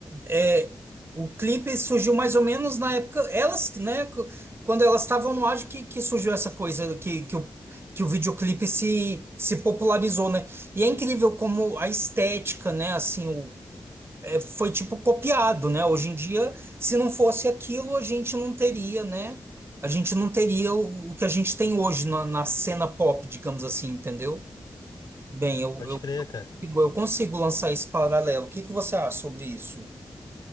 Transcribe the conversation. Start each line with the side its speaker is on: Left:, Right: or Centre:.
Right: é, o clipe surgiu mais ou menos na época, elas, né? co- Quando elas estavam no ar que, que surgiu essa coisa que, que o que o videoclipe se, se popularizou, né? E é incrível como a estética, né? Assim, o, é, foi tipo copiado, né? Hoje em dia, se não fosse aquilo, a gente não teria, né? A gente não teria o, o que a gente tem hoje na, na cena pop, digamos assim, entendeu? Bem, eu,
Left: Pode
Right: eu
Left: crer, cara.
Right: Igor, Eu consigo lançar esse paralelo. O que que você acha sobre isso?